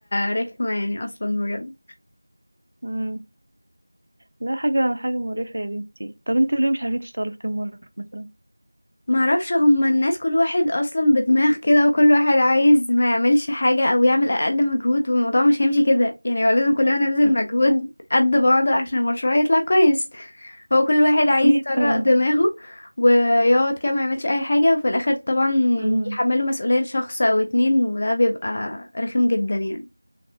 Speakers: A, on the left (about 25°); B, on the right (about 50°).
A: رخمة يعني اصلا بجد
B: امم لا حاجه حاجه مقرفه يا بنتي طب انتوا ليه مش عارفين تشتغلوا في تيم وورك مثلا
A: معرفش هما الناس كل واحد اصلا بدماغ كده وكل واحد عايز ما يعملش حاجة او يعمل اقل مجهود والموضوع مش هيمشي كده يعني هو لازم كلنا نبذل
B: مم.
A: مجهود قد بعض عشان المشروع يطلع كويس هو كل واحد عايز
B: اكيد
A: يطرق
B: طبعا
A: دماغه ويقعد كده ما يعملش اي حاجة وفي الاخر طبعا
B: امم
A: بيحملوا مسؤولية لشخص او اتنين وده بيبقى رخم جدا يعني